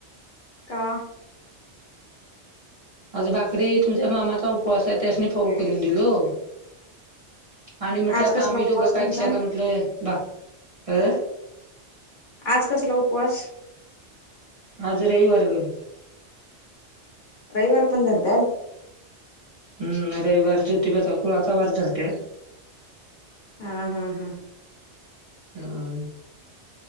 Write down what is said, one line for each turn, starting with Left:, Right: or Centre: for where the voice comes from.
Left: का?
Right: आज भाकरी तुझ्या मामाचा उपवास आहे त्यासनी फोव करून दिलो. आणि म्हटलं
Left: आज
Right: आता
Left: कसला
Right: आम्ही
Left: उपवास
Right: दोघं काय
Left: त्यांचा
Right: कशा आला म्हटलं भा अ
Left: आज कसला उपवास?
Right: आज रविवार ग.
Left: रविवार पण धरतायेल.
Right: हम्म रविवार ज्योतिबाचा कुळाचा वार धरत्यात.
Left: हां हां हां.
Right: हम्म.